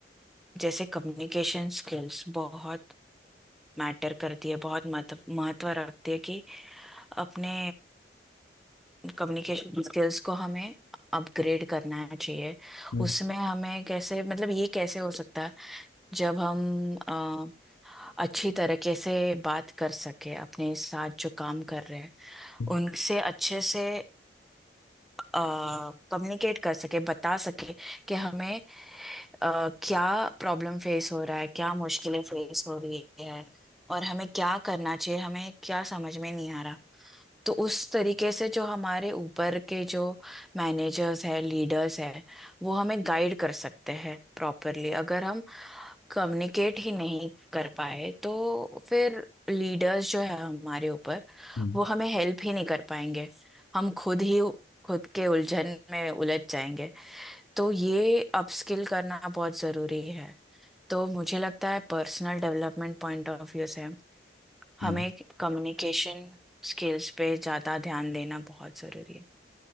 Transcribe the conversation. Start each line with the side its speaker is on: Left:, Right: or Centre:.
Centre: जैसे कम्युनिकेशन स्किल्स बहुत मैटर करती है बहुत महत्व महत्व रखती है कि अपने कम्युनिकेशन स्किल्स को हमें अपग्रेड करना चाहिए
Left: हम्म,
Centre: उसमें हमें कैसे मतलब ये कैसे हो सकता है जब हम अ, अच्छी तरीके से बात कर सके अपने साथ जो काम कर रहे हैं
Left: हम्म,
Centre: उनसे अच्छे से कम्युनिकेट कर सके बता सके कि हमें अ, क्या प्रॉब्लम फेस हो रहा है क्या मुश्किलें फेस हो रही है और हमें क्या करना चाहिए हमें क्या समझ में नहीं आ रहा तो उस तरीके से जो हमारे ऊपर के जो मैनेजर्स है लीडर्स है वो हमें गाइड कर सकते हैं प्रॉपरली अगर हम कम्युनिकेट ही नहीं कर पाए तो फिर लीडर्स जो है हमारे ऊपर
Left: हम्म,
Centre: वो हमें हेल्प ही नहीं कर पाएंगे हम खुद ही खुद के उलझन में उलझ जाएंगे तो ये अपस्किल करना बहुत जरूरी है तो मुझे लगता है personal development point of view से हमें
Left: हम्म,
Centre: कम्युनिकेशन स्किल्स पे ज़्यादा ध्यान देना बहुत ज़रूरी है